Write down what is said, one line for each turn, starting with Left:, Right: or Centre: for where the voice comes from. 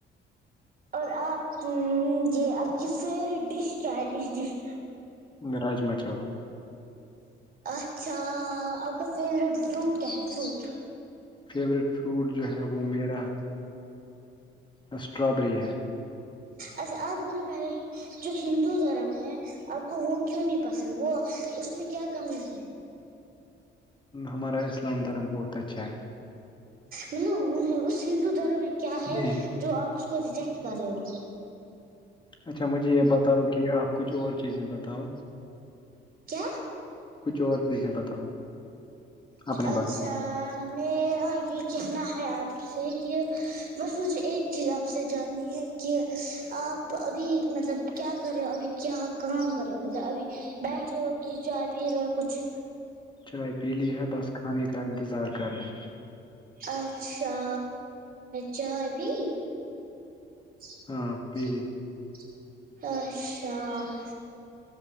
Right: اور آپ یہ آپ کی فیوریٹ ڈش کیا ہے ڈش ڈش
Left: راجما چاول
Right: اچھا آ کا فورٹ فروٹ
Left: <inaudible>
Right: کیا ہے فروٹ
Left: فیوریٹ فروٹ جو ہے وہ میرا اسٹرابری ہے
Right: اچھا آ بولو پہلے جو ہندو دھرم ہے آپ کو وہ کیوں نہیں پسند وہ اس میں کیا کمی ہے
Left: ہمارا اسلام دھرم بہت اچھا ہے
Right: مطلو اس ہندو دھرم میں کیا ہے
Left: نہیں
Right: جو آپ اس کو ریجیکٹ کر رہے ہو
Left: اچھا مجھے یہ بتاؤ کہ آپ کچھ اور چیزیں بتاؤ
Right: کیا
Left: کچھ اور چیزیں بتاؤ اپنے
Right: اچھا
Left: بارے میں
Right: م یہ کہنا ہے آپ سے کہ بس مجھے ایک چیز آپ سے جاننی ہے کہ آپ ابھی مطلب کیا کر رہے ہو ابھی کیا کام کر رہے ہو مطلب ابھی بیٹھے ہو کہ چائے پی رہے ہو کچھ
Left: چائے پی لی ہے بس کھانے کا انتظار کر رہے ہیں
Right: اچھا چائے پی <inaudible>
Left: ہاں پی لی
Right: اچھا ہ